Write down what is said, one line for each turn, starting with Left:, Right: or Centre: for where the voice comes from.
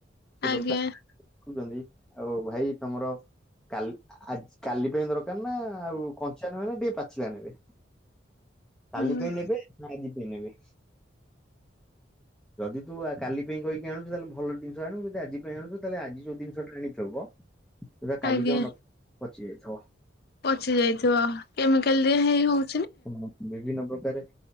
Centre: ସେ
Left: ଆଜ୍ଞା
Centre: ଦୋକାନି ମାନେ ଦେଖୁଚନ୍ତି ଆଉ ଭାଇ ତମର କାଲ୍ ଆ ଆଜ୍ କାଲି ପାଇଁ ତ ର କାନା ଆଉ କଞ୍ଚା ନେବେ ନା ଟିକେ ପାଚିଲା ନେବେ। କାଲି
Left: ହୁଁ
Centre: ପାଇଁ ନେବେ ନା ଆଜି ପାଇଁ ନେବେ। ଯଦି ତୁ ଆ କାଲି ପାଇଁ କହିକି ଆଣୁଚୁ ତାହେଲେ ଭଲ ଜିନିଷ ଆଣିବୁ ଜଦି ଆଜି ପାଇଁ ଆଣୁଚୁ ତାହେଲେ ଆଜି ଯୋଉ ଜିନିଷଟା ଆଣିଥିବ ସେଉଡା କାଲିକି
Left: ଆଜ୍ଞା।
Centre: ଆଉ ନ ପଚି ଯାଇଥବ।
Left: ପଚି ଯାଇଥିବ କେମିକାଲ୍ ଦିଆ ହେଇ ହଉ
Centre: ହଁ ବିଭିନ୍ନ ପକାରେ